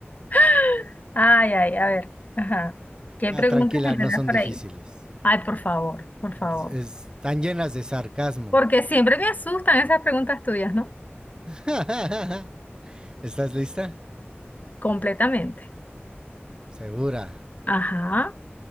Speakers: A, on the left; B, on the right.
A: <laughs> Ay, ay, a ver, ajá. ¿Qué
B: Ah,
A: preguntas
B: tranquila,
A: me tendrás
B: no son
A: por
B: difíciles.
A: ahí? Ay, por favor, por favor.
B: Es- Están llenas de sarcasmo.
A: Porque siempre me asustan esas preguntas tuyas, ¿no?
B: Ah. <laughs> ¿Estás lista?
A: Completamente.
B: Segura.
A: Ajá,